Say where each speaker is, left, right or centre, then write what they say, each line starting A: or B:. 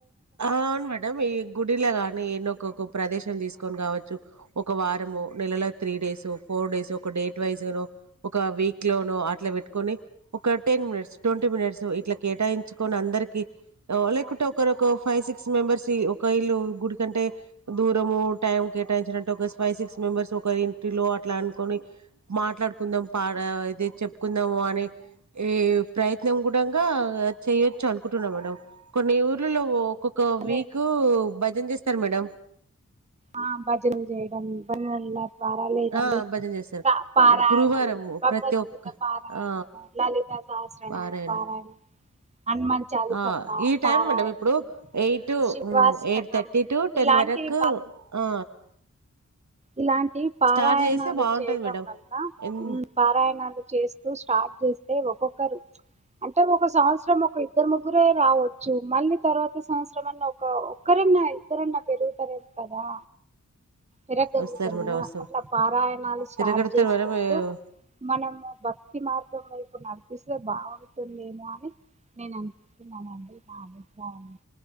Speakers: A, on the right; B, on the right.
A: అవును మేడం ఈ గుడిలా గాని ఎనో ఒక్కొక్క ప్రదేశం తీసుకొని కావచ్చు, ఒక వారము నెలలో త్రీ డేస్ ఫోర్ డేస్ ఒక డేట్ వైజుగానో, ఒక వీక్ లోనో అట్లా పెట్టుకొని ఒక టెన్ మినిట్స్ ట్వంటీ మినిట్స్ ఇట్లా కేటాయించుకొని అందరికి లేకుంటే ఒకరు ఒక ఫైవ్ సిక్స్ మెంబర్స్ ఒక ఇళ్ళు గుడి కంటే, దూరము టైం కేటాయించినట్లాయితే ఒక ఫైవ్ సిక్స్ మెంబెర్స్ ఒకరి ఇంటిలో అట్లా అనుకుని, మాట్లాడుకుందాం పాద ఇదే చెప్పుకుందాము అని ఏ ప్రయత్నం కూడాంగ చెయొచ్చు అనుకుంటున్నాం మేడం కొన్ని ఊర్లలో ఒకోక్ కో
B: అదే
A: వీకు భజన్ జేస్తారు మేడం.
B: ఆ భజన జేయటం బన్వన్ లా పారా లేదండి
A: ఆ భజన చేస్తారు
B: పా పారాయణము
A: గురువారం
B: భగవద్గీత
A: ప్రతి ఒక్క
B: పారాయణము
A: ఆ
B: లలిత సహస్రనామ
A: పారాయణ
B: పారాయణం హనుమాన్ చాలీస
A: ఆ ఈ టైమ్
B: పారాయణం
A: మనం ఇప్పుడు ఎయిట్ టు
B: శివాష్టకము
A: ఎయిట్ థర్టీ టు టెన్
B: ఇలాంటివి
A: వరకు ఆ
B: ఇలాంటి పారాయణాలు
A: స్టార్ట్ చేస్తే బాగుంటది
B: చేయటం
A: మేడం
B: వల్ల
A: ఎన్
B: ఉమ్ పారాయణాలు చేస్తూ స్టార్ట్ చేసి అంటే ఒక్కొక్కరు అంటే ఒక సంవత్సరం ఒక ఇద్దరు ముగ్గురే రావచ్చు, మళ్ళీ తరువాత సంవత్సరం అన్న ఒక ఒక్కరన్నా ఇద్దరన్నా పెరుగుతారు కదా పెరగలుగుతారు
A: వస్తారు మేడం
B: కదా
A: వస్తారు
B: అట్లా పారాయణాలు స్టార్ట్
A: తిరగడతారు
B: చేసుకుంటూ
A: మేడం
B: మనము భక్తి మార్ ఇప్పుడు నడిపిస్తే బాగుంటుందేమో అని నేను అనుకుంటున్నానండి నా అభిప్రాయం